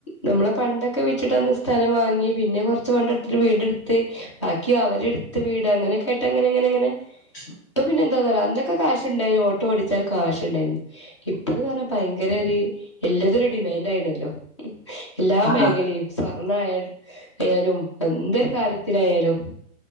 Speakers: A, on the left (about 20°); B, on the left (about 45°).
A: നമ്മളെ പണ്ടൊക്കെ വിറ്റിട്ടന്ന് സ്ഥലം വാങ്ങി പിന്നെ കൊർച്ച് പണ്ടട്ത്തിട്ട് വീട് ട്ത്ത് ബാക്കി അവരിട്ത്ത് വീട് അങ്ങനെക്കെയ്ട്ടങ്ങനങ്ങനെങ്ങനെ
B: <inaudible>
A: പ്പ പിന്നെ ന്താന്നറയാ അന്നക്ക കാശ് ണ്ടായ്നു ഓട്ടോടിച്ചാലും കാശ്ണ്ടായ്ന്നു ഇപ്പന്ന് പറഞ്ഞ ഭയങ്കര ഒര് എല്ലതരു ഡിമാൻഡ് ആയ്ണല്ലോ എല്ലാ
B: ആ
A: മേഖലയും
B: ആ
A: സ്വർണായാലും എന്തൊരു കാര്യത്തിനായാലും